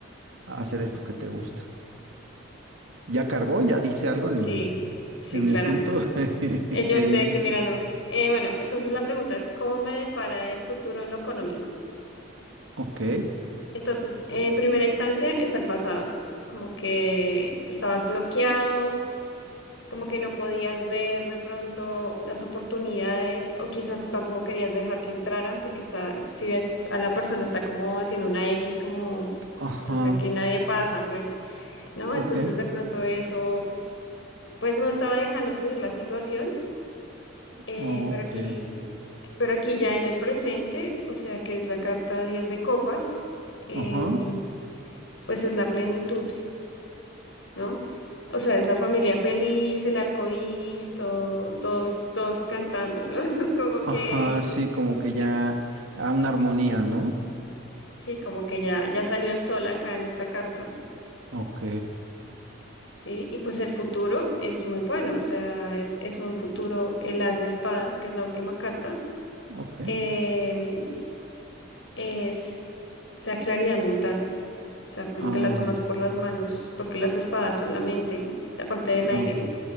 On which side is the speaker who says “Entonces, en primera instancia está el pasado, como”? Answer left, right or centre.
Left